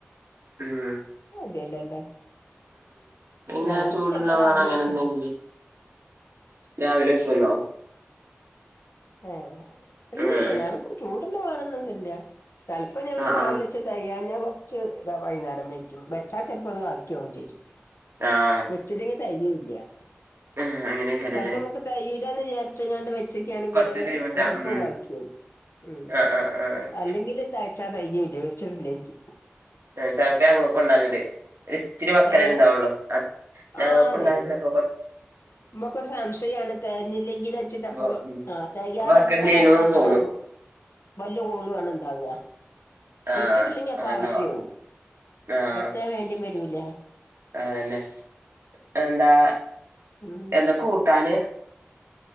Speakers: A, on the right; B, on the left.
A: ഊം
B: <unintelligible> ലേന്റെ
A: പിന്നെ
B: ഞങ്ങള്
A: ചൂടുള്ള
B: ചെൽപ്പാെ രാവിലെ
A: വേണം അങ്ങനെയൊന്നുല്ല
B: വെക്കും
A: രാവിലെ വെക്ക്വല്ലോ
B: ആഹ് ഇല്ലില്ല്യാ
A: ഉം
B: ഞങ്ങക്കാെന്നും ചൂട്ള്ളെ വേണന്നൊന്നുല്ല്യാ ചെൽപ്പം ഞങ്ങള്
A: ആഹ്
B: രാവിലെ
A: ആഹ്
B: വെച്ചെ തെയാൻ ഞ്ഞാ കൊർച്ച് താ വൈന്നാരം വെയ്ക്കും വെച്ചാ ചെൽപ്പത് ബാക്ക്യാവും ചെജ്ജും
A: ആഹ്
B: വെച്ചില്ലെങ്കി തെയൂല്യാ
A: ആഹ് അങ്ങനെയൊക്കെയാണല്ലേ
B: ചെൽപ്പം മ്മക്ക് തെയ്യൂല്ലാന്ന് ചാര്ച്ച്ങ്ങാണ്ട് വെ ച്ചെക്ക്യാണെങ്കില്
A: കൊറച്ച് തീമട്ട
B: അത് ചെൽപ്പം
A: ഉം
B: വാക്കിയാവും ഉം
A: ആഹ് ആഹ് ആഹ്
B: അല്ലെങ്കില് താ ര് ച്ചാതെയ്യൂല്ല്യാ വെച്ച്ട്ടില്ലെങ്കി
A: ഉം ചെൽപ്പം ഞങ്ങൾക്കുംണ്ടാവൽണ്ട് ഒരിത്തിരി വക്കലെണ്ടാവാെള്ളു
B: ഏഹ്
A: അ ഞങ്ങക്കുണ്ടാൽണ്ട്
B: ആന്നേ
A: ചെൽപ്പം കൊർ
B: മ്മക്കൊരു സംശയാണ് തെയെഞ്ഞില്ലെങ്കിലാെച്ചിട്ട്
A: ചെലപ്പോ
B: അപ്പൊ ആഹ് തെയാതിര്ന്നാല്
A: വക്കലില്ലേനൂന്ന്
B: അപ്പൊ അത്രെ
A: തോന്നും
B: വല്യ കോളു ആണ് ണ്ടാവാ
A: ആഹ്
B: വെച്ചിട്ടില്ലെങ്കി അപ്പ
A: അതാണ്ടാവാ
B: ആവശ്യാവും
A: ആഹ്
B: വെച്ചാ വേണ്ടിം വരൂല
A: അതെന്നെ എന്താ
B: ഉം
A: എന്താ കൂട്ടാന്